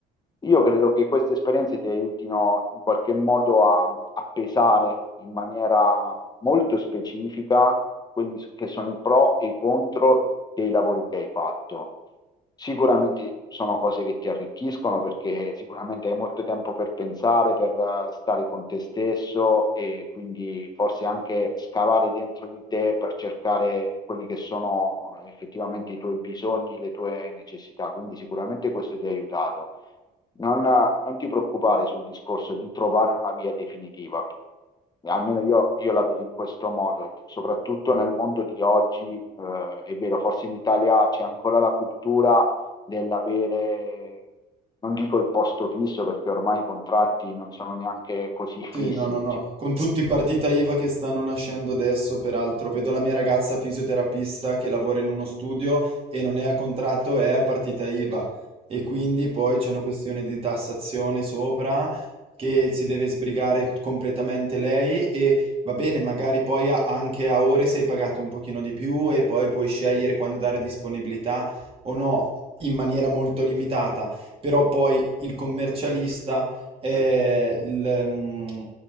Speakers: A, on the left; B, on the right.
A: Io credo che queste esperienze ti aiutino in qualche modo a, a pesare in maniera molto specifica quelli che sono i pro e i contro dei lavori che hai fatto. Sicuramente sono cose che ti arricchiscono perché sicuramente hai molto tempo per pensare, per eh, stare con te stesso e quindi forse anche scavare dentro di te per cercare quelli che sono eh, effettivamente i tuoi bisogni, le tue necessità. Quindi sicuramente questo ti ha aiutato. Non, non ti preoccupare sul discorso di trovare una via definitiva, almeno io, io la vedo in questo modo, soprattutto nel mondo di oggi, eh, è vero, forse in Italia c'è ancora la cultura dell'avere, non dico il posto fisso perché ormai i contratti non sono neanche così fissi,
B: Sì, no, no, no.
A: diciamo,
B: Con tutti i partita IVA che stanno nascendo adesso, peraltro, vedo la mia ragazza fisioterapista che lavora in uno studio e non è a contratto, è a partita IVA. E quindi poi c'è una questione di tassazione sopra che si deve sbrigare completamente lei e va bene, magari poi a- anche a ore sei pagato un pochino di più e poi puoi scegliere quando dare disponibilità o no, in maniera molto limitata. Però poi il commercialista eh, il, mm,